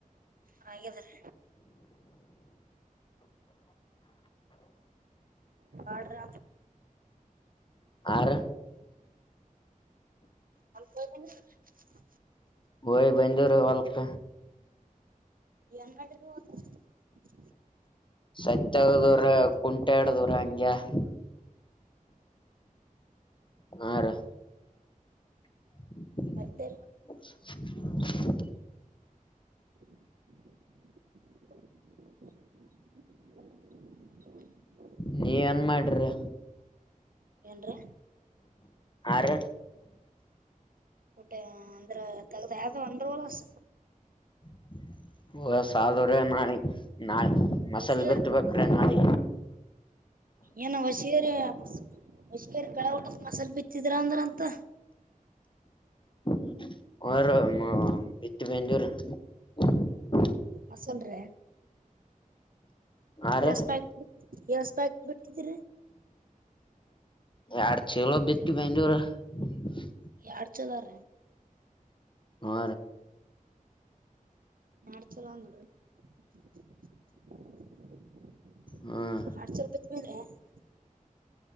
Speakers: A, on the right; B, on the left.
A: ಹಾಗಾದ್ರೀ ಆಡ್ರ
B: ಆರ
A: ಹ <unintelligible>
B: ಹೋಗಿ ಬಂದೋ ರೀ ಹೊಲಕ್ಕ
A: <unintelligible> <unintelligible>
B: <unintelligible> <unintelligible> ಹಾ ರಿ <unintelligible>
A: ಮತ್ತೆ <unintelligible> ಹ್ಮ <unintelligible>
B: ನೀ ಎನ್ ಮಾಡ್ರಿ
A: ಏನ್ದ್ರಿ
B: ಹಾ ರಿ
A: ಊಟೆ ಅಂದ್ರ ತಗದ ಯಾವ್ದ ಅಂದ್ರ ಒಲಸ
B: <unintelligible> ನಾಯಿ ನಾಯಿ ಮಸಾಲ
A: ವಸಿಯ
B: ಬಿತ್ತಬೇಕ್ರೆ ನಾಯಿ
A: ಏನ ಹೊಷಗೇರಿ ಹೊಷಗೇರಿ ಗಳ ಉಟ ಮಸಾಲ ಬಿ ಚಿತ್ರತ್ರಾಂದ್ರಂತ
B: <unintelligible>
A: ಮಸಾಲ್ರಿ
B: ಆರ
A: S bike B S bike ಬಿಟ್ಟಿದಿರಿ
B: ಯಾರ ಚಲೋ <unintelligible>
A: ಯಡ್ ಚದಾರ
B: ಆ
A: ನಡಚಲಡ <unintelligible>
B: ಹ್ಮ್